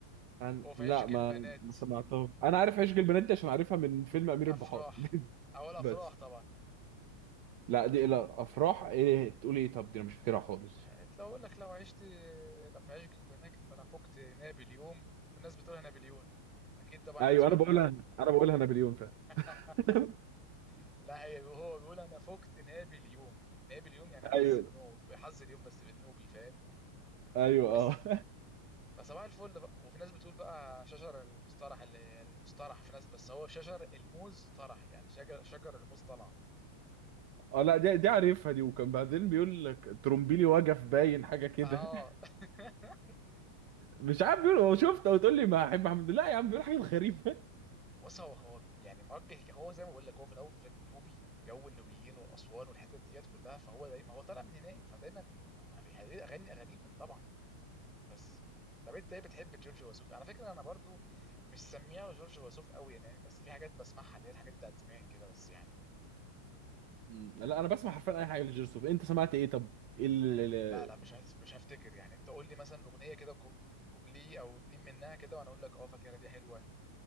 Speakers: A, on the right; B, in the centre.
A: عن...
B: هو في
A: لا
B: عشق
A: ما
B: البنات
A: ما سمعتهم انا عارف عشق البنات دي عشان عارفها من فيلم امير
B: افراح
A: البحار <laughs>
B: اول افراح
A: بس
B: طبعا
A: لا دي لا افراح ايه تقول ايه طب دي انا مش فاكرها خالص
B: آه، لو اقول لك لو عشت لو في عشق البنات انا فقت نابليون والناس بتقولها نابليون اكيد طبعا انت
A: ايوه
B: سمعت
A: انا بقولها
B: الحته دي
A: انا بقولها نابليون فعلا
B: <laughs>
A: <laughs>
B: لا هي هو بيقول انا فقت نابليون نابليون يعني حظ
A: ايوه
B: النوم حظ اليوم بس بالنوبي فاهم
A: ايوه
B: بس
A: اه
B: فصباح الفل بقى وفي ناس بتقول بقى شجر المسترح اللي المسترح في ناس بس هو شجر الموز طرح يعني شجر شجر الموز طلع
A: اه لا دي دي عارفها دي وكان بعدين بيقول لك ترومبيلي وجف باين حاجه كده
B: اه
A: <laughs>
B: <laughs>
A: مش عارف بيقول هو شفت وتقول لي ما احب حمد الله يا عم بيقول حاجه غريبه
B: بص هو هو يعني موجه هو زي ما بقول لك هو في الاول في النوبي جو النوبيين والاسوان والحتت ديت كلها فهو دايما هو طالع من هناك فدايما بيغني اغاني اغانيهم طبعا بس طب انت ايه بتحب جورج وسوف على فكره انا برضو مش سميها جورج وسوف قوي يعني بس في حاجات بسمعها اللي هي الحاجات بتاعت زمان كده بس يعني
A: مم. لا انا بسمع حرفيا اي حاجه لجيرسوف انت سمعت ايه طب ايه ال- ال-
B: لا لا مش هف... مش هفتكر يعني انت قول لي مثلا اغنيه كده كو- كوبليه او اتنين منها كده وانا اقول لك اه فاكرها دي حلوه